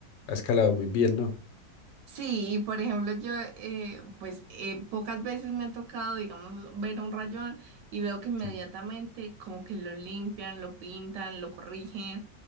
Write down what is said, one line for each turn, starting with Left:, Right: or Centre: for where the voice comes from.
Left: ha escalado muy bien, ¿no?
Right: Sí, y por ejemplo, yo, eh, pues eh, pocas veces me ha tocado, digamos, ver un rayón y veo que inmediatamente
Left: Sí.
Right: como que lo limpian, lo pintan, lo corrigen.